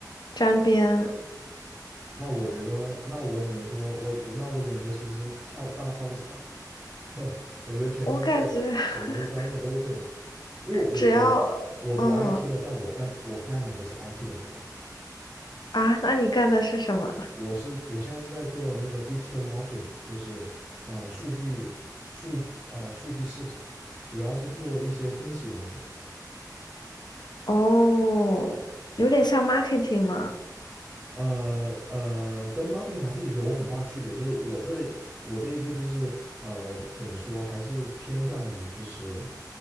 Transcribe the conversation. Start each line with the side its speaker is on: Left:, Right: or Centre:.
Left: 沾边，
Right: 那我觉得，那我只能说，我我那我只能说，其实差大差不差。<laughs> 我觉得全世界什么专业都是这样，
Left: 我感觉 <laughs>
Right: 因为我我我读
Left: 只要嗯
Right: IT 的，但我干我干的不是 IT 的活，
Left: 啊，那你干的是什么？
Right: 我是我现在是在做那个 digital marketing，就是啊数据数啊数据市场，主要是做一些分析工作。
Left: 哦，有点像 marketing 吗？
Right: 呃呃，跟 marketing 还是有很大区别，就是我这我这一个就是呃怎么说，还是偏向于就是。